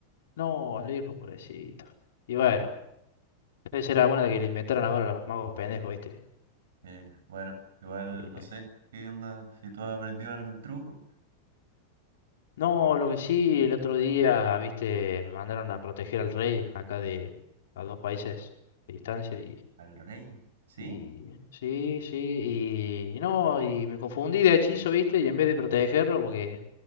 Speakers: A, on the left; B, on the right.
A: No, Alejo, pobrecito. Y bueno, debe ser alguna que le inventaron ahora los magos pendejos, ¿viste?
B: Eh, bueno, igual
A: Y
B: no
A: le-
B: sé, ¿qué onda? Si tú has aprendido algún truco.
A: No, lo que sí, el otro día, ¿viste? Me mandaron a proteger al rey acá de a dos países de distancia y.
B: Al rey, ¿sí?
A: Y sí, sí, y no, y me confundí de hechizo, ¿viste? Y en vez de protegerlo, porque